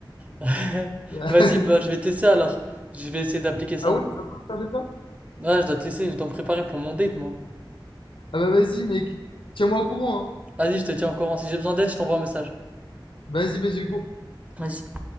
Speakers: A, on the right; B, on the left.
A: <laughs>
B: <laughs>
A: Vas-y bah je vais te laisser alors. Je vais essayer d'appliquer ça.
B: Ah ouais, tu vas pas me faire déjà?
A: Ouais je dois te laisser, je dois me préparer pour mon date moi.
B: Ah bah vas-y, mec. Tiens-moi au courant, hein.
A: Vas-y je te tiens au courant. Si j'ai besoin d'aide, je t'envoie un message.
B: Vas-y, vas-y, go.
A: Vas-y.